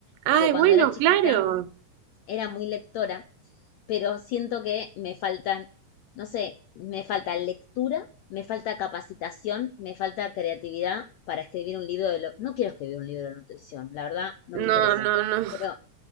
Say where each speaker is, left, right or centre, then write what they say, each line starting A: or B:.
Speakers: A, on the right; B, on the left.
A: Ay,
B: porque cuando
A: bueno,
B: era chiquita
A: claro.
B: era muy lectora pero siento que me faltan, no sé, me falta lectura, me falta capacitación, me falta creatividad para escribir un libro de lo... No quiero escribir un libro de nutrición, la verdad no
A: No,
B: me interesa,
A: no, no.
B: pero